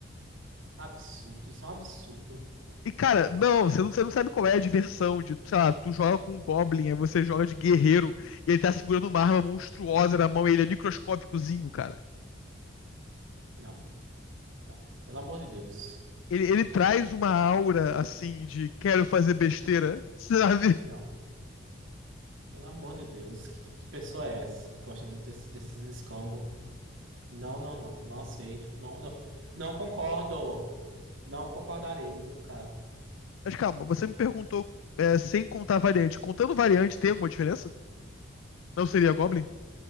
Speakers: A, on the right; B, on the left.
A: Absurdo. Isso é um absurdo.
B: E, cara, não, você não, você não sabe qual é a diversão de, sei lá, tu joga com um Goblin, aí você joga de guerreiro, e ele tá segurando uma arma monstruosa na mão, e ele é microscópicozinho, cara.
A: Não, não. Pelo amor de Deus.
B: Ele, ele traz uma aura, assim, de quero fazer besteira, <laughs> sabe?
A: Não. Pelo amor de Deus. Que tipo de pessoa é essa que gosta de- desse- desses escambos? Não, não, não. Não aceito. Não, não, não concordo. Não concordarei nunca.
B: Mas calma, você me perguntou, é, sem contar variante. Contando variante, tem alguma diferença? Não seria Goblin?